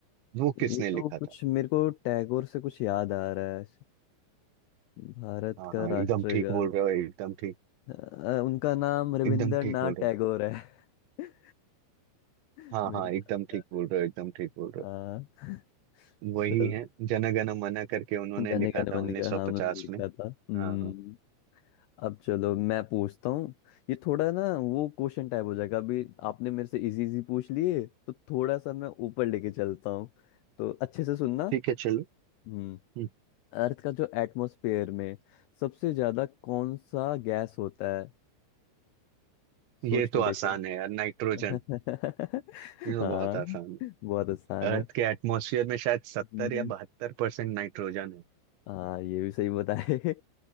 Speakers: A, on the right (about 75°); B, on the left (about 85°).
A: वो किसने
B: ये
A: लिखा
B: तो कुछ
A: था
B: मेरे को टैगोर से कुछ याद आ रहा है भारत
A: हाँ
B: का
A: हाँ
B: राष्ट्रगान
A: एकदम ठीक बोल रहे हो एकदम ठीक
B: अ, उनका नाम रविंद्रनाथ
A: एकदम ठीक बोल रहे
B: टैगोर
A: हो
B: है <laughs> मेरे
A: हाँ हाँ
B: को
A: एकदम
B: नाम
A: ठीक
B: याद
A: बोल
B: है
A: रहे हो एकदम ठीक बोल रहे
B: हाँ
A: हो
B: चलो
A: वही है जन गण मन करके उन्होंने
B: जाने
A: लिखा
B: गाने बने
A: था 1950
B: का हाँ उन्होंने लिखा
A: में हाँ
B: था हम्म
A: हाँ
B: अब चलो मैं पूछता हूँ ये थोड़ा ना वो क्वेश्चन टाइप हो जाएगा अभी आपने मेरे से इजी इजी पूछ लिए तो थोड़ा सा मैं ऊपर लेके चलता हूँ तो अच्छे से सुनना
A: ठीक है चलो
B: हम्म
A: हम्म,
B: अर्थ का जो एटमॉस्फेयर में सबसे ज्यादा कौन सा गैस होता है
A: ये
B: सोच
A: तो
B: के देखो
A: आसान है यार नाइट्रोजन
B: <laughs>
A: ये तो
B: हाँ
A: बहुत आसान
B: बहुत आसान
A: है अर्थ
B: है
A: के एटमॉस्फेयर में शायद सत्तर
B: हम्म,
A: या बहत्तर परसेंट नाइट्रोजन है
B: हाँ ये भी सही बताए <laughs>